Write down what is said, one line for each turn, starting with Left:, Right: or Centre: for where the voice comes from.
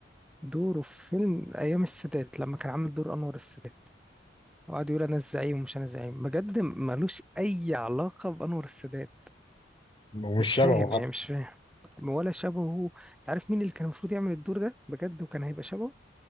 Centre: دوره في فيلم ايام السادات لما كان عامل دور انور السادات وقعد يقول انا الزعيم ومش انا الزعيم بجد ملوش اي علاقه بانور السادات
Left: ومش
Centre: مش
Left: شبهه
Centre: فاهم يعني
Left: حتى
Centre: مش فاهم ولا شبهه انت عارف مين اللي كان المفروض يعمل الدور ده بجد وكان هيبقى شبهه